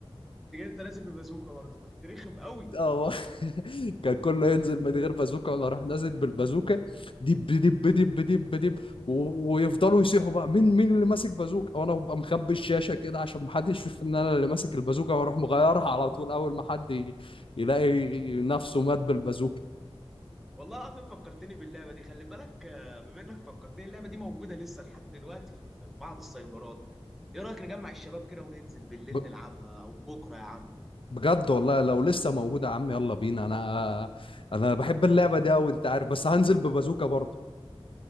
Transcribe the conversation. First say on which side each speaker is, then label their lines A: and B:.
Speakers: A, in the centre; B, on the left.
A: تيجي انت لازم ببازوكا برضه كنت رخم قوي
B: اه <laughs> كان كله ينزل من غير بازوكا ولا راح نازل بالبازوكا دب دب دب دب دب و- ويفضلوا يصيحوا بقى مين مين اللي ماسك بازوكا وانا ببقى مخبي الشاشه كده عشان محدش يشوف ان انا اللي ماسك البازوكا واروح مغيرها على طول اول ما حد ي- يلاقي نفسه مات بالبازوكا
A: والله العظيم فكرتني باللعبة دي خلي بالك آه، بما انك فكرتني اللعبة دي موجودة لسه لحد دلوقتي في بعض السايبرات ايه رأيك نجمع الشباب كده وننزل بالليل
B: ب-
A: نلعبها او بكرة يا عم
B: بجد والله لو لسه موجودة يا عم يلا بينا انا انا بحب اللعبة دي أوي انت عارف بس هنزل ببازوكا برضه